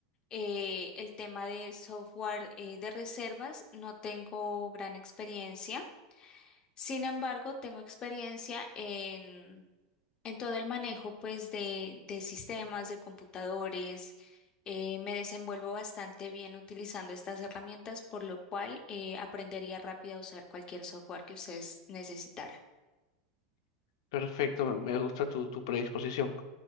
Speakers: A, on the left; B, on the left.
A: Eh, el tema de software eh, de reservas no tengo gran experiencia. Sin embargo, tengo experiencia en, en todo el manejo pues de, de sistemas, de computadores. Eh, me desenvuelvo bastante bien utilizando estas herramientas, por lo cual eh, aprendería rápido a usar cualquier software que ustedes necesitaran.
B: Perfecto, me me gusta tu, tu predisposición.